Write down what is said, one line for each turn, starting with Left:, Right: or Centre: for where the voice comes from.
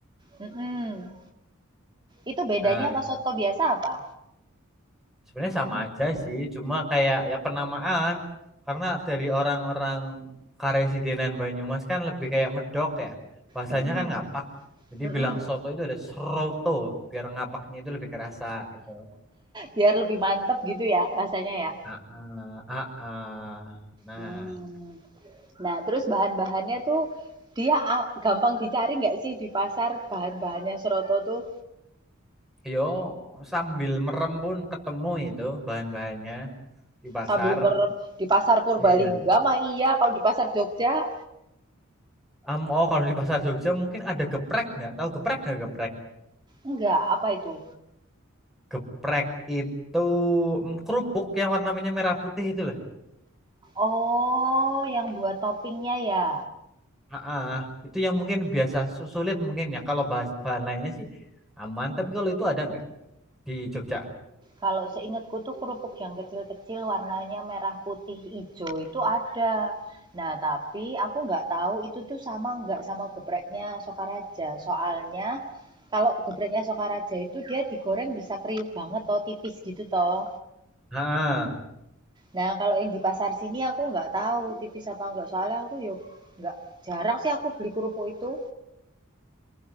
Right: Mm-mm. Itu bedanya
Centre: Nah
Right: sama
Centre: itu.
Right: soto biasa apa?
Centre: Sebenarnya sama aja sih, cuma kayak ya penamaan karena dari orang-orang Karesidenan Banyumas kan lebih kayak medok ya. Bahasanya
Right: Mm-mm.
Centre: kan ngapak. Jadi
Right: Mm-mm.
Centre: bilang soto itu ada seroto biar ngapaknya itu lebih kerasa gitu.
Right: Biar lebih mantep gitu ya rasanya ya.
Centre: Ah, ah, ah. ah. Nah,
Right: Hmm. Nah, terus bahan-bahannya tuh dia a- gampang dicari nggak sih di pasar bahan-bahannya soto tuh
Centre: yo sambil merem pun ketemu itu bahan-bahannya di pasar.
Right: sambil merem di pasar Purbalingga
Centre: Iya.
Right: mah iya, kalau di pasar Jogja
Centre: Am, oh kalau di pasar Jogja mungkin ada geprek nggak? Tahu geprek nggak geprek?
Right: enggak, apa itu?
Centre: Geprek itu mm, kerupuk yang warnanya merah putih itu lah,
Right: Oh, yang buat toppingnya ya.
Centre: Heeh, itu yang mungkin biasa su- sulit mungkin ya. Kalau bahan, bahan lainnya sih aman, tapi kalau itu ada nggak di Jogja?
Right: Kalau seingatku tuh kerupuk yang kecil-kecil warnanya merah, putih, hijau itu ada. Nah, tapi aku nggak tahu itu tuh sama nggak sama gepreknya Sokaraja. Soalnya kalau gepreknya Sokaraja itu dia digoreng bisa kriuk banget toh, tipis gitu toh.
Centre: Heeh.
Right: Nah, kalau yang di pasar sini aku nggak tahu tipis apa nggak. Soalnya aku yuk nggak jarang sih aku beli kerupuk itu